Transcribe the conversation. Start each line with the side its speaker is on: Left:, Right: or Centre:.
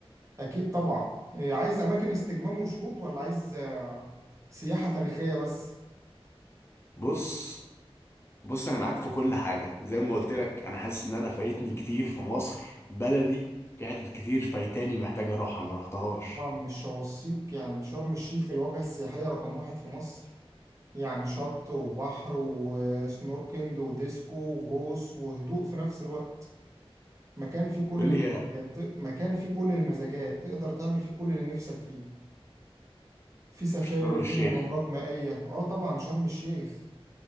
Right: أكيد طبعا إيه، عايز أماكن استجمام وشطوط ولا عايز آه، سياحة تاريخية بس
Left: بص بص انا معاك في كل حاجة زي ما قلت لك انا حاسس ان انا فايتني كتير في مصر بلدي في حتت كتير فايتاني محتاج اروحها ما روحتهاش
Right: طبعا مش شواصيك يعني شرم الشيخ الوجهة السياحية رقم واحد في مصر يعني شط وبحر وسنوركينج وديسكو وغوص وهدوء في نفس الوقت مكان فيه كل
Left: قول
Right: المزاجات
Left: لي يا
Right: مكان فيه كل المزاجات تقدر تعمل فيه كل اللي نفسك فيه في سفاري
Left: شرم
Right: وفي
Left: الشيخ
Right: مغامرات مائية اه طبعا شرم الشيخ